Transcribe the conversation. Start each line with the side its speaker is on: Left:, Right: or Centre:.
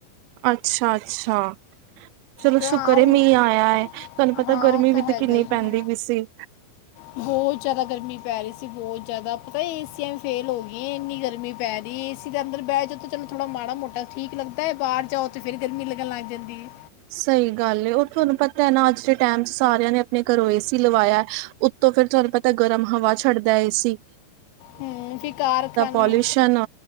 Right: ਅੱਛਾ -ਅੱਛਾ। ਚਲੋ
Left: ਤੇ ਹਾਂ
Right: ਸ਼ੁਕਰ
Left: ਉਹ-
Right: ਏ, ਮੀਂਹ ਆਇਆ ਹੈ, ਤੁਹਾਨੂੰ ਪਤਾ
Left: ਹਾਂ
Right: ਗਰਮੀ
Left: ਉਹ
Right: ਵੀ
Left: ਹੈਗਾ
Right: ਤਾਂ ਕਿੰਨੀ
Left: ਹੀ ਹੈ
Right: ਪੈਂਦੀ ਪਈ ਸੀ।
Left: ਬਹੁਤ ਜ਼ਿਆਦਾ ਗਰਮੀ ਪੈ ਰਹੀ ਸੀ, ਬਹੁਤ ਜ਼ਿਆਦਾ ਪਤਾ, ਏਸੀਆਂ ਵੀ ਫੇਲ ਹੋ ਗਈਆਂ ਇੰਨੀ ਗਰਮੀ ਪੈ ਰਹੀ। ਅਸੀ ਦੇ ਅੰਦਰ ਬਹਿ ਜਾਓ ਤਾਂਾਨ ਥੋੜ੍ਹਾੜਾ ਮੋਾ ਠੀਕ ਲੱਦਾ ਬਾਹਰ ਜਾਓ ਫਿਰ ਗਰਮੀ ਲੱਗਣ ਲੱਗ ਜਾਂਦੀ ਹੈ
Right: ਸਹੀ ਗੱਲ ਉਹ ਤੁਹਾਨੂੰ ਪਤਾ ਹੈ ਨਾ ਅੱਜ ਦੇ ਟਾਈਮ ਸਾਰਿਆਂ ਨੇ ਆਪਣੇ ਘਰੋਂ ਏ ਸੀ ਲਵਾਇਆ ਉੱਤੋਂ ਫਿਰ ਤੁਹਾਨੂੰ ਪਤਾ ਗਰਮ ਹਵਾ ਛੱਡਦਾ ਏ ਸੀ
Left: ਹਾਂ ਹਮ ਫ ਕਾਰਖਾਨੇ,
Right: ਪੋਲਿਊਸ਼ਨ